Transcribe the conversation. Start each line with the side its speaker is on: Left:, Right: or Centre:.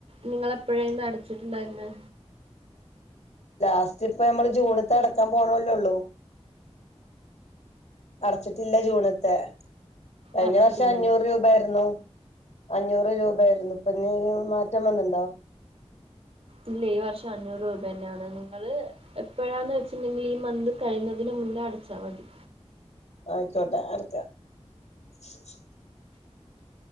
Right: നിങ്ങള് എപ്പോഴന്ന് അടച്ചിട്ടുണ്ടായിന്ന്
Left: ലാസ്റ്റ് ഇപ്പ നമ്മള് ജൂണത്ത് അടക്കാൻ പോണല്ലോള്ളു അടച്ചിട്ടില്ല ജൂണ്ത്തെ കഴിഞ്ഞ
Right: അടച്ചിട്ടില്ലല്ലേ
Left: വർഷം അഞ്ഞൂറ് രൂപായിരുന്നു അഞ്ഞൂറ് രൂപ ആയിരുന്നു ഇപ്പൊഞ്ഞ മാറ്റം വന്നണ്ടോ
Right: ഇല്ല ഈ വർഷം അഞ്ഞൂറ് രൂപ തന്നെയാണ് നിങ്ങള് എപ്പോഴാന്ന് വെച്ചിണ്ടെങ്കിൽ ഈ മന്ത് കഴിയഞ്ഞതിന് മുന്നേ അടച്ചാൽ മതി
Left: ആയിക്കോട്ടെ ആർക്ക <inaudible>